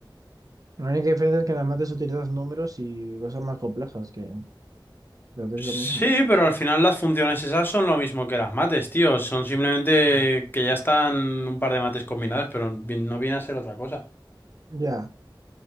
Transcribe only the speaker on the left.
Sí,
pero al final las funciones esas son lo mismo que las mates, tío. Son simplemente
que ya están un par de mates combinadas, pero vi- no viene a ser otra cosa.